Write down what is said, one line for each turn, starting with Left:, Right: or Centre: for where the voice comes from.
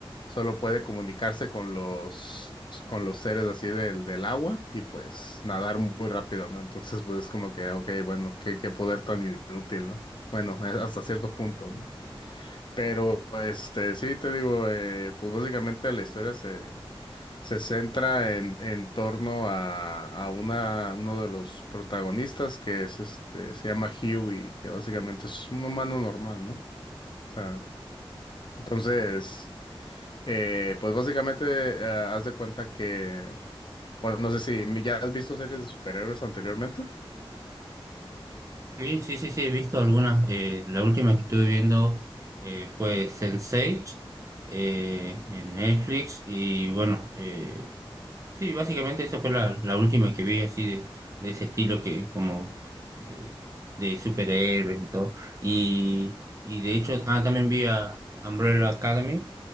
Left: solo puede comunicarse con los, con los seres así del, del agua y pues nadar muy rápido, ¿no? Entonces pues es como que, ok, bueno, qué, qué poder tan inútil, ¿no? Bueno, es hasta cierto punto, ¿no? Pero este, sí, te digo, eh, pues básicamente la historia se, se centra en, en torno a, a una, uno de los protagonistas que es este, se llama Huey, que básicamente es un humano normal, ¿no? O sea, entonces, eh, pues básicamente, eh, haz de cuenta que, bueno, no sé si mi- ya has visto series de superhéroes anteriormente.
Right: Sí, sí, sí, sí, he visto algunas. eh, la última que estuve viendo eh, fue Sense8 eh, en Netflix y bueno, eh, sí, básicamente esa fue la, la última que vi así de, de ese estilo que como eh, de superhéroes y todo. Y, y de hecho, ah, también vi a Umbrella Academy